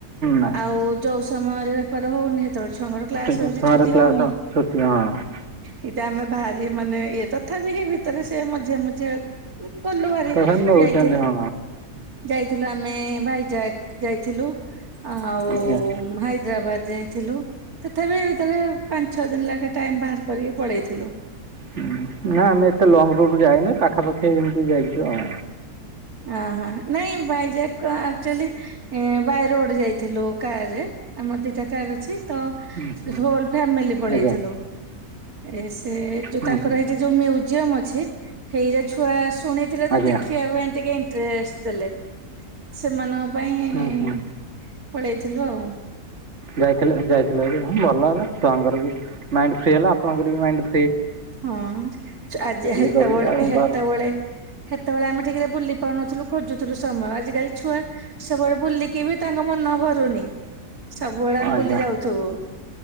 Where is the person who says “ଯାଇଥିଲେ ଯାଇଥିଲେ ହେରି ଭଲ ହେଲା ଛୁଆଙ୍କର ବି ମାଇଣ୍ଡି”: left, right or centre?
Right